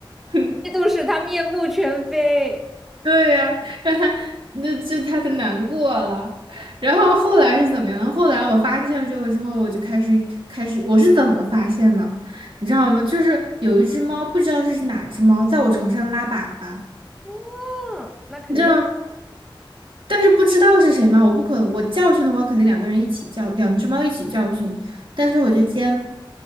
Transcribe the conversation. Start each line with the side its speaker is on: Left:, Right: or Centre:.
Right: <laughs>
Centre: 妒使 <laughs> 他面目全非。
Right: 对呀、让他那就他他难过了。然后后来是怎么样？后来我发现了这个之后，我就开始开始，我是怎么发现的？你知道吗？就是有一只猫，不知道是哪只猫，在我床上拉粑粑，
Centre: 嗯，那肯定
Right: 你知道吗但是不知道是谁嘛，我不可，我教训的话，肯定两个人一起教，两只猫一起教训。但是我就先